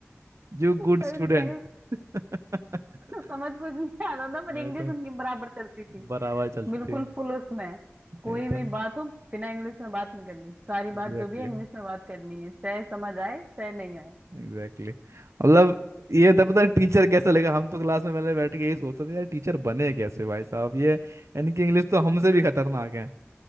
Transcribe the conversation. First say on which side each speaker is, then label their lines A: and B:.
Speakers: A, on the right; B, on the right.
A: You
B: तभी
A: good student
B: तो कह रही हूँ
A: <laughs>
B: समझ कुछ नहीं आता था पर
A: मैं
B: इंग्लिश
A: तो
B: उनकी बराबर चलती थी
A: बराबर चलते
B: बिल्कुल
A: थे
B: फुल उसमें कोई
A: ये
B: भी
A: तो
B: बात हो बिना इंग्लिश में बात नहीं करनी सारी
A: एग्जैक्टली
B: बात जो भी है इंग्लिश में बात करनी है चाहे समझ आए चाहे नहीं आए
A: एग्जैक्टली मतलब ये था पता टीचर कैसा लगेगा हम तो क्लास में पहले बैठ के यही सोचते थे यार टीचर बने कैसे भाई साहब ये इनकी इंग्लिश तो हमसे भी खतरनाक है